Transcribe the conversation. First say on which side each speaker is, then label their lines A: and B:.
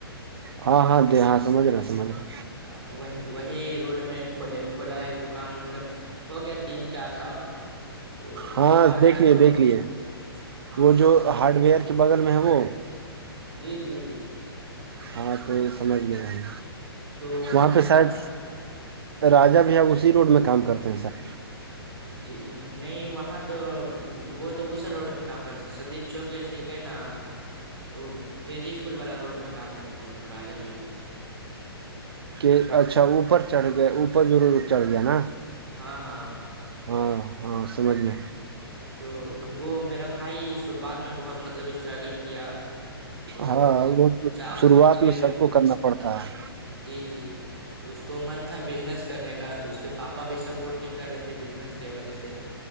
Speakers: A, on the right; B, on the right.
A: ہاں ہاں د ہاں سمج رہا سمج رہا
B: ہاں وہ وہی روڈ میں کول کھولا ہے ایک دکان مطلب ہو گیا تین چار سال تو
A: ہاں
B: شروعات
A: دیکھ
B: میں تو
A: لیے دیکھ لیے
B: ہاں
A: وہ جو ہارڈ ویئر کے بغل میں ہے وہ
B: جی جی <inaudible>
A: ہاں تو یہ سمجھ گیا ہے
B: تو وہی
A: وہاں
B: ہے
A: پہ
B: نا
A: شاید راجہ بھی آب اسی روڈ میں کام کرتے ہیں سر
B: جچھ <unintelligible> جی نہیں وہاں تو وہ تو اس روڈ میں کام کرتے تھ سدیق چوک جیسے گئے نا تو کے جی اسکول والا روڈ میں کام کرتے ہیں وہ راجا بھی ہے
A: کہ اچھا اوپر چڑھ گئے اوپر ضرور چڑھ گیا نا
B: ہاں ہاں
A: ہاں ہاں سمجھ گی
B: تو وہ میرا بھائی شروعات میں بہت مطلب اسٹرگل کیا تو
A: ہاں وہ
B: جا
A: شروعات
B: پھر
A: میں سب کو کرنا پڑتا ہے
B: جی جی <inaudible> تو اس کو من تھا بزنس کرنے کا تو اس کے پاپا بھی سپورٹ نہیں کر رہے تھے بزنس کی وجہ سے